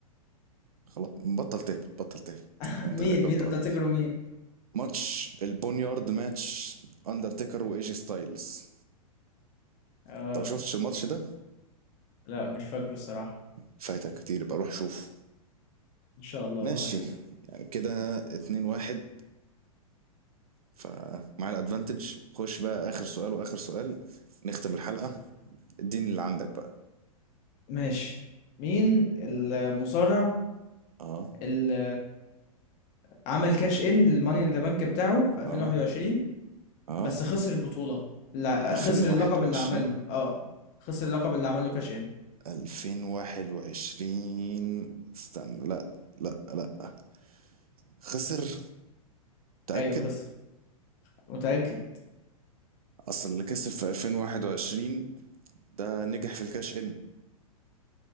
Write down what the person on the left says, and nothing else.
<laughs>
مين
مين اندرتيكر ومين
اه
لا مش فاكره الصراحة
إن شاء الله
أروح أشوف
ماشي مين المصارع
اللي عمل كاش إن للماني إن ذا بانك بتاعه في 2021
بس خسر البطولة لا
خسر اللقب اللي عمله اه خسر اللقب اللي عمله كاش إن
أيوه خسر متأكد